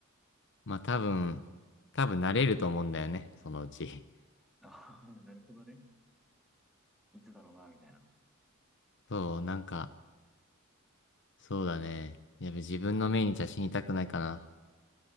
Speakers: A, on the left; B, in the centre.
A: まあ多分、多分慣れると思うんだよね、そのうち。<laughs>
B: <laughs> ああ、<laughs> なるほどね。いつだろうな、みたいな。
A: そう、なんか、そうだね。やっぱ自分の命日は死にたくないかな。